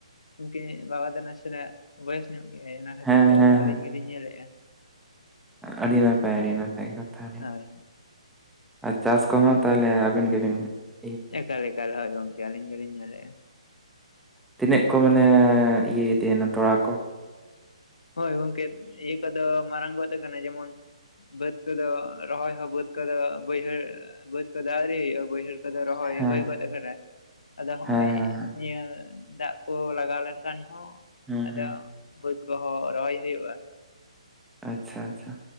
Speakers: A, on the left; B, in the centre.
A: ᱩᱱᱠᱤᱱ ᱵᱟᱵᱟ ᱫᱚ ᱱᱟᱥᱮᱱᱟᱜ ᱵᱚᱭᱮᱥ ᱧᱚᱜ ᱜᱮᱭᱟᱭ ᱱᱷᱟᱜ।
B: ᱦᱮᱸ ᱦᱮᱸ ᱦᱮᱸ
A: ᱞᱤᱧ ᱧᱮᱞᱮᱜᱼᱟ।
B: ᱟᱹᱰᱤ ᱱᱟᱯᱟᱭ ᱟᱹᱰᱤ ᱱᱟᱯᱟᱭ ᱠᱟᱛᱷᱟ᱾
A: ᱦᱳᱭ
B: ᱪᱟᱥ ᱠᱚᱦᱚᱸ ᱛᱟᱦᱟᱞᱮ ᱟᱹᱵᱤᱱ ᱜᱮᱵᱤᱱ ᱼᱼ
A: ᱮᱠᱟᱞ ᱮᱠᱟᱞ ᱦᱳᱭ ᱜᱚᱝᱠᱮ ᱟᱹᱞᱤᱧ ᱜᱮᱞᱤᱧ ᱧᱮᱞᱮᱜᱼᱟ।
B: ᱛᱤᱱᱟᱹᱜ ᱠᱚ ᱢᱟᱱᱮ ᱤᱭᱟᱹ ᱤᱫᱤᱭᱮᱱᱟ ᱛᱚᱲᱟ ᱠᱚ?
A: ᱦᱳᱭ ᱜᱚᱝᱠᱮ ᱤᱭᱟᱹ ᱠᱚᱫᱚ ᱢᱟᱨᱟᱝ ᱜᱚᱛ ᱠᱟᱱᱟ᱾ ᱡᱮᱢᱚᱱ ᱵᱟᱹᱫᱽ ᱠᱚᱫᱚ ᱨᱚᱦᱚᱭ ᱦᱚᱸ ᱵᱟᱹᱫᱽ ᱠᱚᱫᱚ ᱵᱟᱹᱭᱦᱟᱹᱲ ᱵᱟᱹᱫᱽ ᱠᱚᱫᱚ ᱟᱣᱨᱤ
B: ᱦᱮᱸ
A: ᱦᱩᱭᱩᱜᱼᱟ᱾
B: ᱦᱮᱸ
A: ᱟᱫᱚ ᱦᱚᱸᱜᱚᱭ
B: ᱦᱮᱸ
A: ᱱᱤᱭᱟᱹ ᱫᱟᱜ ᱠᱚ ᱞᱟᱜᱟᱣ ᱞᱮᱱᱠᱷᱟᱱ ᱦᱚᱸ
B: ᱦᱩᱸ
A: ᱟᱫᱚ
B: ᱦᱩᱸ
A: ᱵᱟᱹᱫᱽ ᱠᱚᱦᱚᱸ ᱨᱚᱦᱚᱭ ᱦᱩᱭᱩᱜᱼᱟ।
B: ᱟᱪᱪᱷᱟ ᱟᱪᱪᱷᱟ